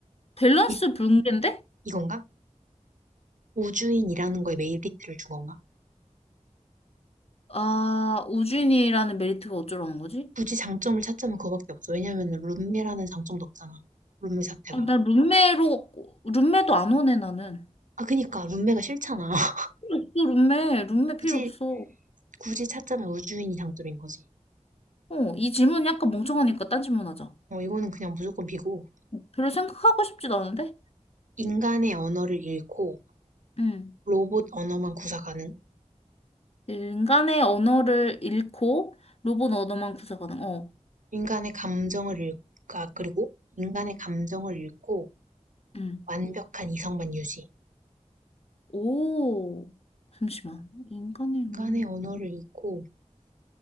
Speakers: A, on the left; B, on the right.
A: 밸런스
B: 이,
A: 붕괴인데?
B: 이건가? 우주인이라는 거에 메리트를 준 건가?
A: 아, 우주인이라는 메리트가 어쩌라는 거지?
B: 굳이 장점을 찾자면 그거밖에 없어. 왜냐면은 룸메라는 장점도 없잖아. 룸메 자체가.
A: 아, 나 룸메로, 룸메도 안 오네, 나는.
B: 아, 그니까 룸메가 싫잖아. <laughs>
A: 필요 없어, 룸메. 룸메 필요
B: 굳이
A: 없어.
B: 굳이 찾자면 우주인이 장점인 거지.
A: 어, 이 질문 약간 멍청하니까 딴 질문 하자.
B: 어, 이거는 그냥 무조건 비고
A: 별로 생각하고 싶지도 않은데?
B: 인간의 언어를 잃고
A: 응.
B: 로봇 언어만 구사 가능.
A: 인간의 언어를 잃고 로봇 언어만 구사가능. 어.
B: 인간의 감정을 잃, 아, 그리고 인간의 감정을 잃고
A: 응.
B: 완벽한 이성만 유지.
A: 오. 잠시만. 인간의
B: 인간의
A: 언어를.
B: 언어를 잃고